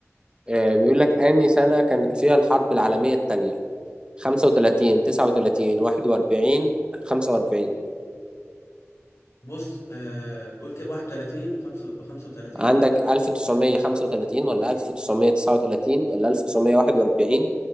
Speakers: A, on the right (about 20°); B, on the left (about 70°).
A: آه، بيقول لك أنهي سنة كانت فيها الحرب العالمية الثانية 35
B: اوف
A: 39 41 45
B: بص آه قول كده 31 و35
A: عندك 1935 ولا 1939 ولا 1941